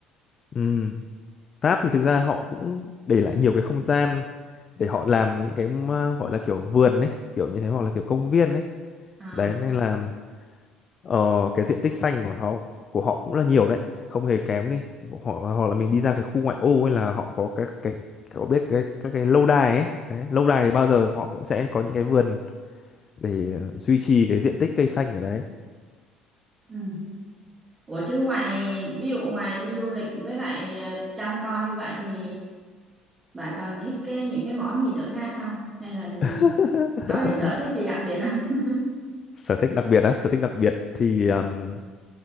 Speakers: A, on the left; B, on the right.
A: Ừm. Pháp thì thực ra họ cũng để lại nhiều cái không gian để họ làm những cái mà gọi là kiểu vườn ấy kiểu như thế hoặc là kiểu công viên ấy
B: À.
A: đấy nên là ờ, cái diện tích xanh của nó của họ cũng là nhiều đấy không hề kém đi họ hoặc là mình đi ra cái khu ngoại ô ấy là họ có các cái có biết cái các cái lâu đài ấy đấy, lâu đài thì bao giờ họ cũng sẽ có những cái vườn để duy trì cái diện tích cây xanh ở đấy
B: Ừ. Ủa chứ ngoài ví dụ ngoài đi du lịch với lại ờ, chăm con như vậy thì bạn còn thích cái những cái món gì nữa khác không? Hay là
A: <laughs>
B: có cái sở thích gì đặc biệt không?
A: sở thích đặc biệt á sở thích đặc biệt thì ừm,